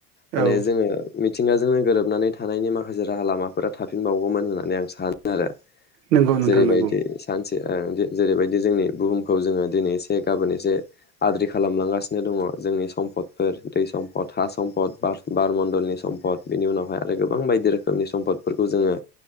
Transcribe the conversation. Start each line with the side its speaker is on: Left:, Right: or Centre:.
Right: औ
Left: माने जोङो
Right: ।
Left: मिथिंगाजोंनो गोरोबनानै थानायनि माखासे राहा लामाफोरा थाफिनबावगौमोन होननानै आं सानो आरो ।
Right: नंगौ नोंथां
Left: जेरैबायदि
Right: नंगौ
Left: सानसे जेरैबायदि जोंनि बुहुमखौ जोङो दिनै एसे गाबोन एसे आद्रि खालामलांगासिनो दङ' जोंनि सम्पदफोर दै सम्फद हा सम्फद बार बारमण्डलनि सम्पद बेनि उनावहाय आरो गोबां बायदि रोखोमनि सम्पदफोरखौ जोङो